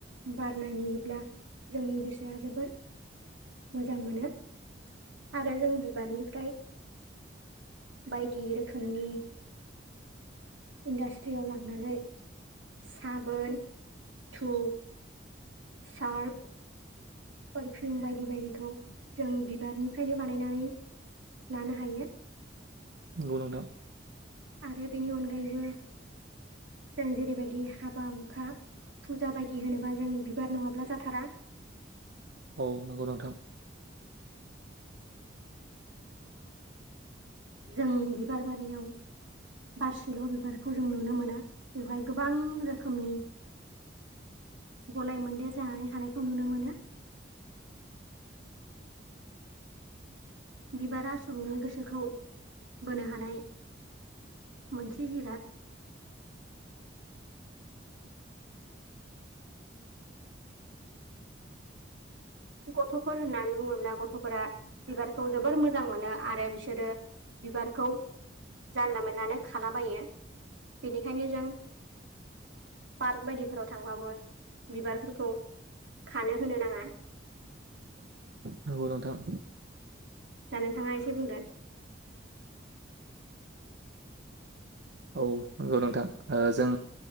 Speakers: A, on the right; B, on the right.
A: बारनाय नुयोब्ला जोंनि गोसोआ जोबोर मोजां मोनो आरो जों बिबारनिफ्राय बायदि रोखोमनि इन्डास्ट्री आव लांनानै साबोन धुप सार्फ पारफिउम बायदि बायदिखौ जों बिबारनिफ्रायनो बानायनानै लानो हायो।
B: नंगौ नोंथां।
A: आरो बेनि अनगायैबो जों जेरैबायदि हाबा हुखा फुजा बायदि होनोबा जों बिबार नङाब्ला जाथारा
B: औ नंगौ नोंथां।
A: जों बिबार बारियाव बारसेल' बिबारखौ जों नुनो मोना बेवहाय गोबां रोखोमनि। गलाय मोन्देर जानानै थानायखौ नुनो मोनो। बिबारा सुबुंनि गोसोखौ बोनो हानाय। मोनसे जिराद। गथ'फोर होननानै बुङोब्ला गथ'फोरा बिबारखौ जोबोर मोजां मोनो आरो बिसोरो। बिबारखौ जानला मोनलानो खालाबायो। बेनिखायनो जों। पार्क बायदिफोराव थांबाबो बिबारफोरखौ खानो होनो नाङा।
B: नंगौ नोंथां।
A: दा नोंथाङा एसे बुंदो।
B: औ नंगौ नोंथां ओ जों।